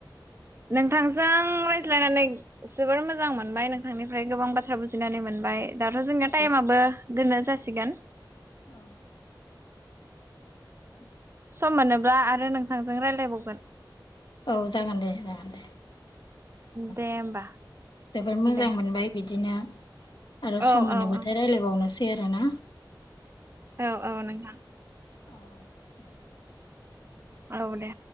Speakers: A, on the right; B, on the left.
A: नोंथांजों रायज्लायनानै जोबोर मोजां मोनबाय नोंथांनिफ्राय गोबां बाथ्रा बुजिनानै मोनबाय दाथ' जोंनिया
B: औ
A: टाइम आबो दोननो जासि सिगोन
B: औ <inaudible>
A: सम मोनोब्ला आरो नोंथांजों रायज्लायबावगोन।
B: औ जागोन दे जागोन दे औ
A: दे होमबा
B: जोबोद मोजां
A: दे
B: मोनबाय बिदि बिदिनो आरो
A: औ
B: सम मोनबाथाय
A: औ
B: रायज्लायबावनोसै आरो ना?
A: औ औ नोंथां।
B: औ औ दे दे।
A: औ दे।